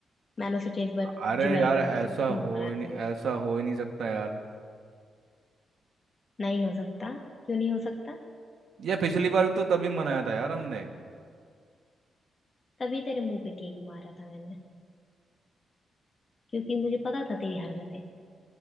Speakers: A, on the left (about 25°); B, on the right (about 60°).
A: मैंने सोचा इस बार
B: अरे
A: जुलाई
B: यार
A: को
B: ऐसा
A: मना जून को
B: हो
A: मनाती
B: ही नहीं ऐसा
A: हूँ
B: हो ही नहीं सकता यार
A: नहीं हो सकता क्यों नहीं हो सकता
B: ये पिछली बार भी तो तभी मनाया था यार हमने
A: तभी तेरे मुंह पे किक मारा था मैंने क्योंकि मुझे पता था तेरी हरकतें